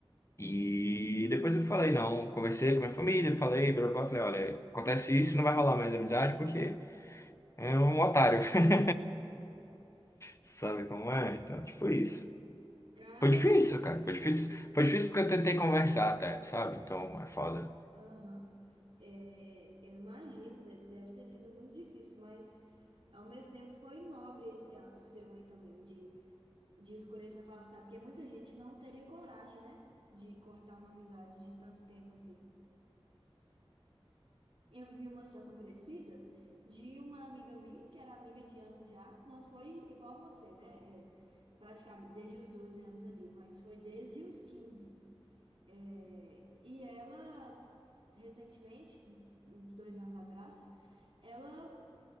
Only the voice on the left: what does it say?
E depois eu falei, não, conversei com a minha família, falei, blá, blá, blá, falei, olha, acontece isso, não vai rolar mais amizade porque é um otário. <laughs> Sabe como é? Então,
tipo isso.
Foi difícil, cara, foi difícil. Foi difícil porque eu tentei conversar até, sabe? Então é foda.